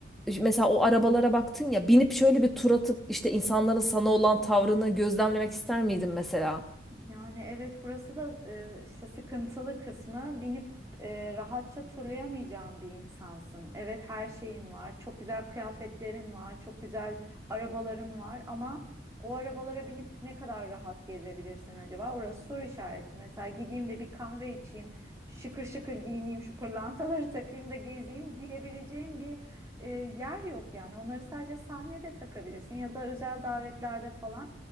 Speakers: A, in the centre; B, on the right.
A: İşte Mesela o arabalara baktın ya binip şöyle bir tur atıp işte insanların sana olan tavrını gözlemlemek ister miydin mesela?
B: Yani evet burası da e, işte sıkıntılı kısmı binip e, rahatça turlayamayacağın bir insansın. Evet her şeyin var, çok güzel kıyafetlerin var, çok güzel arabaların var ama o arabalara binip ne kadar rahat gezebilirsin acaba? Orası soru işareti. Mesela gideyim de bir kahve içeyim, şıkır şıkır giyineyim, şu pırlantaları <laughs> takayım da gezeyim diyebileceğim bir e, yer yok yani. Onları sadece sahnede takabilirsin ya da özel davetlerde falan.